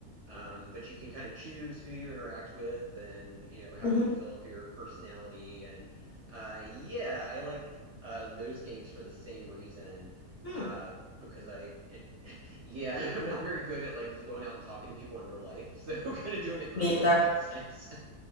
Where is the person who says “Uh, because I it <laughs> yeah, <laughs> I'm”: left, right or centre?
Right